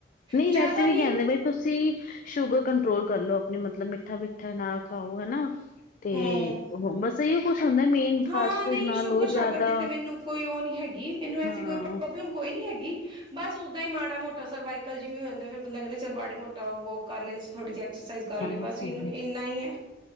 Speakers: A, on the left; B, on the right.
A: ਨਹੀਂ
B: ਜ਼ਿਆਦਾ
A: ਵੈਸੇ ਵੀ
B: ਨੀ
A: ਕਹਿੰਦੇ ਬ ਤੁਸੀਂ ਸ਼ੂਗਰ ਕੰਟਰੋਲ ਕਰ ਲੋ ਆਪਣੀ, ਮਤਲਬ ਮਿੱਠਾ- ਮਿੱਠਾ ਨਾ ਖਾਓ ਹਨਾ ਤੇ,
B: ਹੂੰ
A: ਬਸ ਇਹੋ ਕੁਛ ਹੁੰਦਾ ਮੇਨ ਫਾਸਟ
B: ਹਾਂ,
A: ਫੂਡ
B: ਨਹੀਂ
A: ਨਾ
B: ਸ਼ੂਗਰ
A: ਲਓ
B: -ਸ਼ਾਗਰ
A: ਜ਼ਿਆਦਾ
B: ਦੀ ਤੇ ਮੈਨੂੰ ਕੋਈ ਉਹ ਨਹੀਂ ਹੈਗੀ, ਮੈਨੂੰ ਐਸੀ
A: ਹਾਂ।
B: ਕੋਈ ਪ੍ਰੋਬ ਕੋਈ ਨੀ ਹੈਗੀ, ਬਸ ਓਦਾਂ ਹੀ ਮਾੜਾ ਮੋਟਾ ਸਰਵਾਈਵ ਕ ਜਿਵੇਂ ਹੋ ਜਾਂਦਾ ਫਿਰ ਬੰਦਾ ਕਹਿੰਦਾ ਚ ਮਾੜਾ ਮੋਟਾ ਵੋਕ ਕਰ ਲ ਥੋੜ੍ਹੀ ਜਿਹੀ ਐਕਸਰਸਾਈਜ਼ ਕਰ ਲਏ,
A: ਹਾਂ ਹਾਂ
B: ਬਸ ਇਨ ਇੰਨਾ ਹੀ ਹੈ